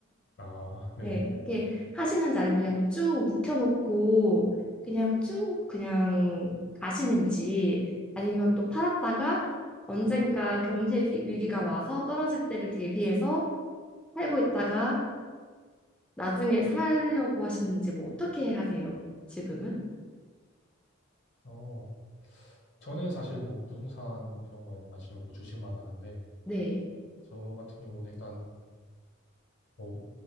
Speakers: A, on the left (about 60°); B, in the centre.
A: 아, 네.
B: 네, 그렇게 하시는지 아니면 그냥 쭉 묵혀놓고 그냥 쭉 그냥 가시는지 아니면 또 팔았다가 언젠가 경제 위- 위기가 와서 떨어질 때를 대비해서 살고 있다가 나중에 살려고 하시는지 뭐 어떻게 하세요? 지금은?
A: 어. 저는 사실 뭐 부동산 이런 거에는 관심이 없고 주식만 하는데
B: 네,
A: 저 같은 경우는 일단 뭐,